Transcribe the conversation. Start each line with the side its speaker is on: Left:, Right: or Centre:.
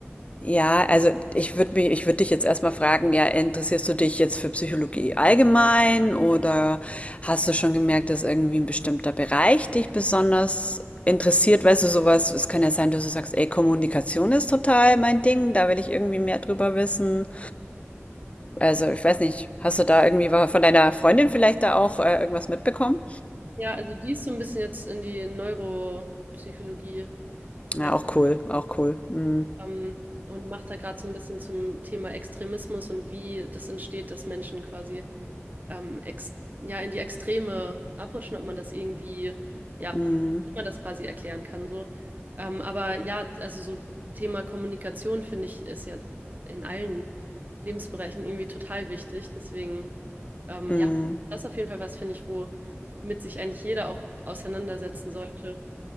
Left: Ja, also ich würde mich, ich würde dich jetzt erstmal fragen, ja, interessierst du dich jetzt für Psychologie allgemein oder hast du schon gemerkt, dass irgendwie ein bestimmter Bereich dich besonders interessiert? Weißt du, sowas, es kann ja sein, dass du sagst, ey, Kommunikation ist total mein Ding, da will ich irgendwie mehr drüber wissen. Also, ich weiß nicht, hast du da irgendwie wa- von deiner Freundin vielleicht da auch äh, irgendwas mitbekommen?
Right: Ja, also die ist so ein bisschen jetzt in die Neuropsychologie
Left: Ja,
Right: rein
Left: auch cool, auch cool. Mhm.
Right: ähm, und macht da gerade so ein bisschen zum Thema Extremismus und wie das entsteht, dass Menschen quasi ähm, ex ja, in die Extreme abrutschen, ob man das irgendwie, ja,
Left: Mhm.
Right: wie man das quasi erklären kann, so. Ähm, aber ja, also so Thema Kommunikation, finde ich, ist ja in allen Lebensbereichen irgendwie total wichtig. Deswegen, ähm,
Left: Mhm.
Right: ja, das ist auf jeden Fall was, finde ich, wo mit sich eigentlich jeder auch auseinandersetzen sollte,